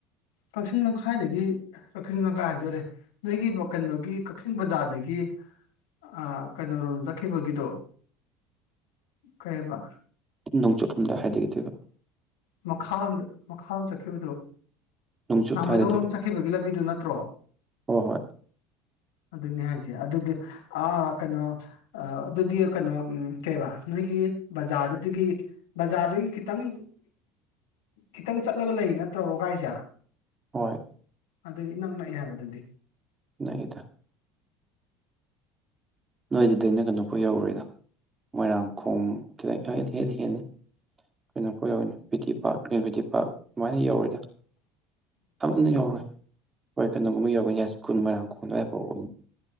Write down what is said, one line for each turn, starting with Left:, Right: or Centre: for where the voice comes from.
Left: ꯀꯛꯆꯤꯡ ꯂꯝꯈꯥꯏꯗꯒꯤ ꯀꯛꯆꯤꯡ ꯂꯝꯈꯥꯏ ꯍꯥꯏꯗꯣꯏꯔꯦ ꯅꯣꯏꯒꯤ ꯀꯩꯅꯣꯒꯤ ꯀꯛꯆꯤꯡ ꯕꯖꯥꯔꯗꯒꯤ ꯑ ꯀꯩꯅꯣꯔꯣꯝꯗ ꯆꯠꯈꯤꯕꯒꯤꯗꯣ ꯀꯩꯕ꯫
Right: ꯅꯣꯡꯆꯨꯞꯂꯣꯝꯗ ꯍꯥꯏꯗꯒꯤꯗꯣꯏꯕ꯫
Left: ꯃꯈꯥ ꯔꯣꯝꯗ ꯃꯈꯥ ꯔꯣꯝ ꯆꯠꯈꯤꯕꯗꯨ꯫
Right: ꯅꯣꯡꯆꯨꯞꯇ
Left: ꯂꯥꯃꯩꯗꯣꯡꯂꯣꯝ
Right: ꯍꯥꯏꯊꯗꯣꯏꯕ
Left: ꯆꯠꯈꯤꯗꯨꯕꯒꯤ ꯂꯝꯕꯤꯗꯨ ꯅꯠꯇ꯭ꯔꯣ
Right: ꯍꯣꯏ ꯍꯣꯏ
Left: ꯑꯗꯨꯅꯤ ꯍꯥꯏ ꯑꯗꯨꯗꯤ ꯑꯥ- ꯀꯩꯅꯣ ꯑ-ꯑꯗꯨꯗꯤ ꯀꯩꯅꯣ ꯀꯩꯕꯥ ꯅꯣꯏꯒꯤ ꯕꯖꯥꯔꯗꯨꯗꯒꯤ ꯕꯖꯥꯔꯗꯨꯗꯒꯤ ꯈꯤꯇꯪ ꯈꯤꯇꯪ ꯆꯠꯂꯒ ꯂꯩ ꯅꯠꯇ꯭ꯔꯣ ꯋꯥꯒꯥꯏꯖꯦ꯫
Right: ꯍꯣꯏ
Left: ꯑꯗꯨꯗꯤ ꯏꯅꯛ ꯅꯛꯑꯥ ꯑꯩꯅ ꯍꯥꯏꯕꯗꯨꯗꯤ
Right: ꯅꯛꯏꯗ꯫ ꯑꯗꯨꯗꯩꯅ ꯀꯩꯅꯣꯐꯥꯎ ꯌꯧꯔꯣꯏꯗ ꯃꯣꯏꯔꯥꯡꯈꯣꯝ ꯈꯤꯇꯪ <unintelligible> ꯍꯦꯟꯗꯤ ꯍꯦꯅꯤ ꯀꯩꯅꯣꯐꯥꯎ ꯌꯧꯅꯤ ꯕꯤ ꯇꯤ ꯄꯥꯛ ꯑ-ꯕꯤ ꯇꯤ ꯄꯥꯔꯛ ꯑꯗꯨꯃꯥꯏ ꯌꯧꯔꯣꯏꯗ꯫ <unintelligible> ꯌꯧꯔꯣꯏ ꯍꯣꯏ ꯀꯩꯅꯣꯒꯨꯝꯕ ꯌꯧꯕ ꯌꯥꯏ꯭ꯁꯀꯨꯟ ꯃꯔꯣꯏꯥꯡꯗꯣꯝ ꯑꯗꯨꯋꯥꯏ ꯐꯥꯎꯕ